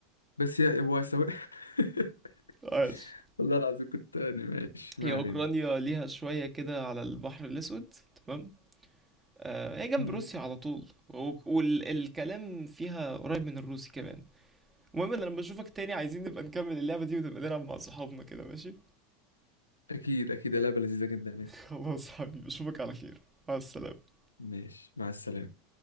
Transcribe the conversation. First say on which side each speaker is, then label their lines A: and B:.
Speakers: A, on the left (about 85°); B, on the right (about 15°).
A: بس هي هو سواء <laughs>
B: <laughs> عاش
A: والله العظيم كنت يعني ماشي
B: هي
A: ما
B: أوكرانيا
A: علينا
B: ليها شوية كده على البحر الأسود تمام آه هي جنب
A: مم.
B: روسيا على طول والكلام فيها قريب من الروسي كمان المهم انا لما اشوفك تاني عايزين نبقى نكمل اللعبة دي ونبقى نلعب مع صحابنا كده ماشي
A: اكيد اكيد لعبة لذيذة جدا يعني
B: <laughs> خلاص حبيبي اشوفك على خير مع السلامة
A: ماشي مع السلامة